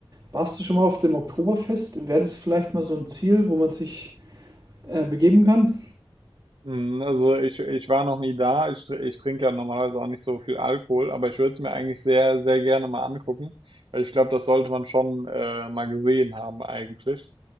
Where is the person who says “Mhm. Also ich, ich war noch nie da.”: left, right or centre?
Right